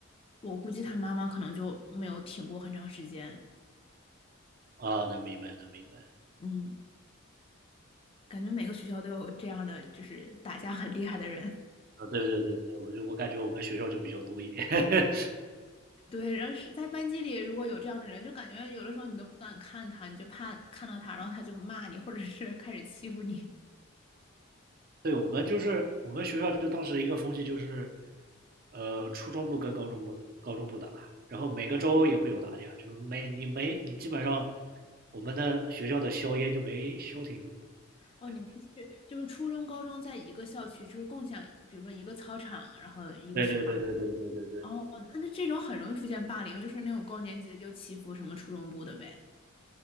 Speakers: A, on the left; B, on the right.
A: 我估计他妈妈可能就没有挺过很长时间。
B: 啊！能明白能明白
A: 嗯，感觉每个学校都有这样的，就是打架很厉害的人。
B: 啊！对对对对，我就我感觉我们学校就比较多一点。<laughs>
A: 对，然后是在班级里，如果有这样的人，就感觉有的时候你都不敢看他，你就怕看到他，然后他就骂你，或者是开始欺负你。
B: 对，我们就是我们学校就当时一个风气就是，呃，初中部跟高中部高中部打，然后每个周也会有打架，就是没你没你基本上我们的学校的硝烟就没消停过。
A: 哦，你们是就是初中、高中在一个校区，就是共享，比如说一个操场，然后一个食堂这种。
B: 对对对对对对对对对，
A: 哦，那那这种很容易出现霸凌，就是那种高年级的就欺负什么初中部的呗。